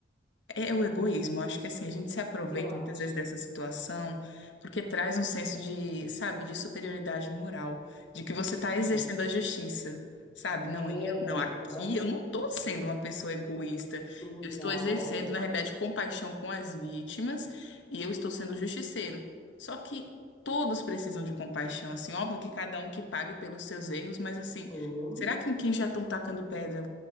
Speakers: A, on the left (about 75°); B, on the left (about 30°).
A: É o egoísmo, eu acho que assim, a gente se aproveita
B: eu acho.
A: muitas vezes dessa situação porque traz um senso de, sabe, de superioridade moral, de que você está exercendo
B: É,
A: a justiça, sabe? Não,
B: é,
A: eu, não, aqui
B: né?
A: eu não estou sendo uma pessoa egoísta,
B: Não,
A: eu estou exercendo, na realidade, compaixão com as vítimas e eu estou sendo justiceiro. Só que todos precisam de compaixão, assim, óbvio que cada um que pague pelos seus erros, mas assim,
B: sim.
A: será que em quem já estão tacando pedra